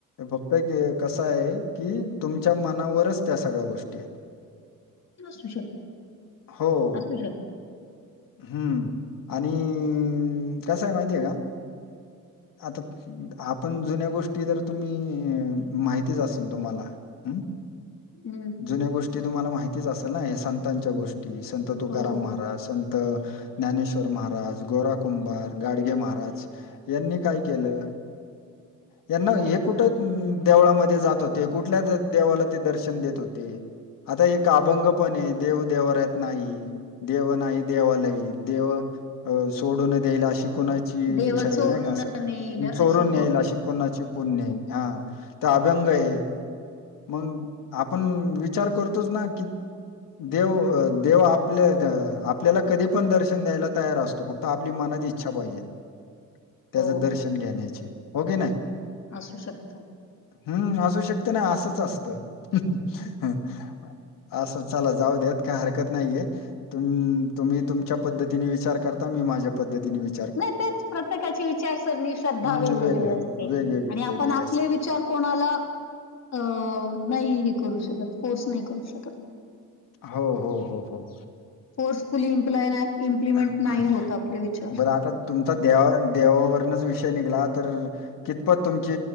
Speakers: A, on the left; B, on the left.
A: फक्त क कसं आहे की तुमच्या मनावरच त्या सगळ्या गोष्टी आहेत.
B: असू शकतं,
A: हो
B: असू शकतं.
A: हम्म आणि कसं ये माहितीये का? आता आपण जुन्या गोष्टी जर तुम्ही माहितीच असेन तुम्हाला. अं
B: हम्म.
A: जुन्या गोष्टी तुम्हाला माहितीच असेल ना, हे संतांच्या गोष्टी संत तुकाराम
B: हो.
A: महाराज संत त ज्ञानेश्वर महाराज गोरा कुंभार, गाडगे महाराज यांनी काय केलं?
B: <inaudible>
A: यांना हे कुठं देवळामध्ये जात होते? कुठल्या देवाला ते दर्शन देत होते. आता एक अभंग पणये, देव देव्हाऱ्यात नाही. देव नाही देवालइ, देव अं सोडून देईल अशी कोणाची
B: देव
A: इच्छा आहे
B: चोरून
A: नाय कां असं,
B: नेईल अशी
A: चोरून नेईल अशी कोणाची पुण्याई हा तो अभ्यंग ये, मग आपण विचार करतोच ना की देव देव आपल्या द आपल्याला कधी पण दर्शन द्यायला तयार असतो. फक्त आपली मनात इच्छा पाहिजे, त्याचं
B: हो.
A: दर्शन घेण्याची हो की नाही?
B: असू शकतो.
A: हम्म असू शकत नाय, असंच असतं हं ह असंच. चला जाऊद्यात, काय हरकत नाहीये. तुम तुम्ही तुमच्या पद्धतीने विचार कर मी माझ्या पद्धतीने वि
B: नाही तेच प्रत्येकाची विचारसरणी, श्रद्धा
A: हं,
B: वेगवेगळी
A: वेगळ्या,
B: असते.
A: वेगवेगळी,
B: आणि आपण
A: वेगळी
B: आपले
A: असते.
B: विचार कोणाला अं नाही हे करू शकत, फोर्स नाही करू शकत.
A: हो हो हो हो
B: फोर्सफुली इम्प्लाय नाय इम्प्लिमेंट
A: आता
B: नाही होत आपले विचार.
A: बरं आता तुमचा देवा देवावरनच विषय निघला तर कितपत तुमची